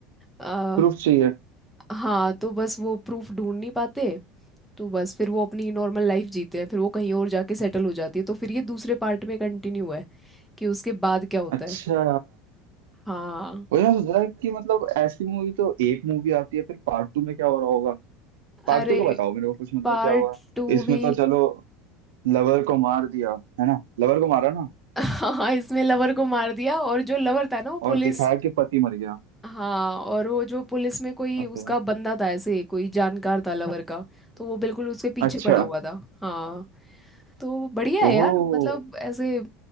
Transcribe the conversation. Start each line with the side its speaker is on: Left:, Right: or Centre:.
Centre: अ,
Right: प्रूफ चाहिए
Centre: हाँ तो बस वो प्रूफ ढूंढ नहीं पाते तो बस फिर वो अपनी नॉर्मल लाइफ जीते हैं फिर वो कहीं और जाके सेटल हो जाती है तो फिर ये दूसरे पार्ट में कंटिन्यू है कि उसके बाद क्या होता
Right: अच्छा
Centre: है हाँ
Right: वही मैं सोच रहा है कि मतलब ऐसी मूवी तो एक मूवी आती है फिर पार्ट टू में क्या हो रहा होगा पार्ट
Centre: अरे
Right: टू का बताओ मेरे को कुछ मतलब
Centre: पार्ट
Right: क्या हुआ
Centre: टू
Right: इसमें
Centre: भी
Right: तो चलो लवर को मार दिया है ना लवर को मारा ना
Centre: <laughs> हाँ इसमें लवर को मार दिया और जो लवर था ना वो
Right: और
Centre: पुलिस
Right: दिखाया कि पति मर गया
Centre: हाँ और वो जो पुलिस में कोई
Right: ओके
Centre: उसका बंदा था ऐसे कोई जानकार था लवर का तो वो बिल्कुल उसके पीछे
Right: अच्छा
Centre: पड़ा हुआ था हाँ तो बढ़िया है
Right: ओह
Centre: यार मतलब ऐसे